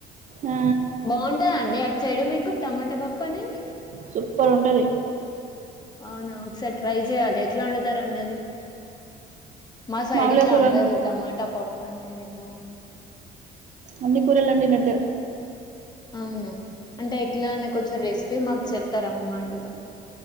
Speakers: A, on the right (about 45°); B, on the left (about 25°).
A: ఆ
B: బావుంటద అండి అ చెయడ మీకు టమాటా పప్పని
A: సుప్పర్ ఉంటది
B: అవునా ఒకస ట్రై జేయాలి ఎట్లా ఓండుతార్ అండి అది మా సైడ్
A: మామూలుగా
B: ఇట్లా
A: కూర
B: అండరు ట్ట పప్పు అనేది ఇట్లానే
A: అన్ని కూరల్ అండి నట్టు
B: అవునా అంటే ఇట్లానే కొంచెం రెసిపీ మాకు చెప్తారా మేం అండుతాం